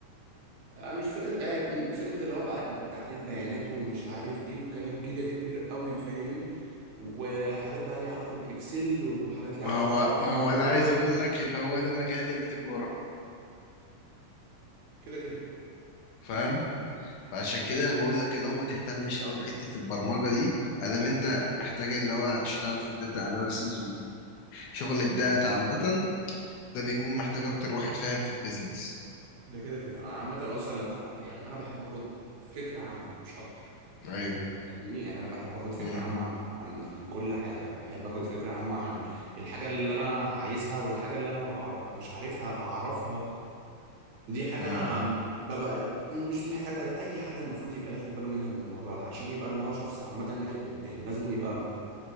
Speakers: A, on the right; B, on the left.
A: آه، مش فكرة ده فكرة اللي هو بقى تحليل بيانات ومش عارف ايه وكلام كده كتير قوي فاهمني وحاجات بقى ليها علاقة بالاكسل وحاجات ليها
B: ما
A: علاقة
B: هو ما هو
A: بالباي
B: انا عايز اقول لك ان هو ده مجال التجاره
A: كده كده
B: فاهم فعشان كده انا بقول لك اللي هو ما تهتمش قوي بحته البرمجه دي ادام انت محتاج اللي هو هتشتغل في الداتا اناليسيس وشغل الداتا عامه ده بيكون محتاج اكتر واحد فاهم في البيزنس
A: ده كده كده انا عامة اصلا انا بخ... بع- يعني انا بحب اخد فكرة عامة مش اكتر
B: ايوه
A: فاهمني يعني انا بحب اخد فكرة
B: امم
A: عامة عن عن عن كل حاجة بحب اخد فكرة عامة عن الحاجة اللي انا عايزها والحاجة اللي انا ما بعرف مش عارفها اعرفها دي حاجة
B: امم
A: أنا ببقى مش محتاجة أي حد المفروض يبقى ياخد باله منها من الموضوع ده عشان يبقى اللي هو شخص عامة ناجح قدام لازم يبقى